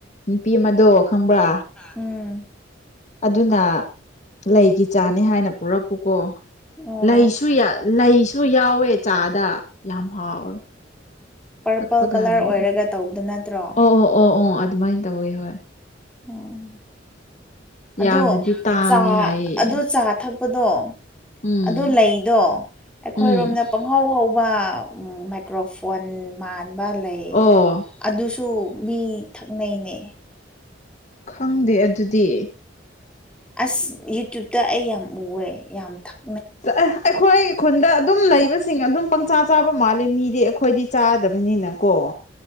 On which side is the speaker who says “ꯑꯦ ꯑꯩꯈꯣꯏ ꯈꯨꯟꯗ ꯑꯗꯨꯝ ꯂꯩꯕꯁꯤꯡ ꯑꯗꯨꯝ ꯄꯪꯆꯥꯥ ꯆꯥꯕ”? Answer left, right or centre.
Left